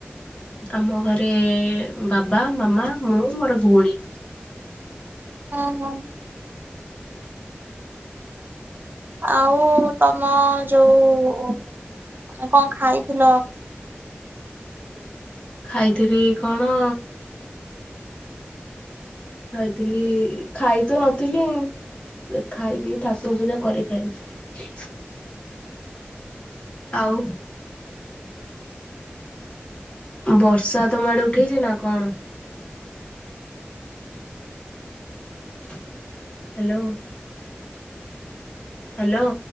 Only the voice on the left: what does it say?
ଆମ ଘରେ ବାବା, ମାମା ମୁଁ ମୋର ଭଉଣୀ।
ଖାଇଥିଲି କଣ ଖାଇଥିଲି ଖାଇ ତ ନଥିଲି। ଖାଇବି ଠାକୁର ପୂଜା କରି ଖାଇବି। ଆଉ। ବର୍ଷା ତମ ଆଡ଼େ ଉଠେଇଛି ନା କଣ? Hello hello